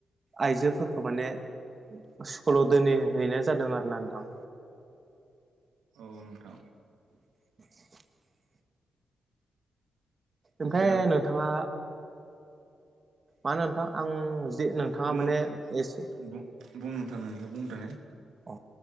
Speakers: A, on the right; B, on the right.
A: आइजोफोरखौ माने स्कुलाव दोनहै हैनो जादों आरोना नोंथां
B: औ नोंथां
A: <inaudible> ओमफ्राय
B: ओरैनो
A: नोंथाङा मानो नोंथां आं जे नोंथाङा
B: बुंनो
A: माने एसे
B: बुं बुं नोथां नोंनिखौ बुंनो
A: अ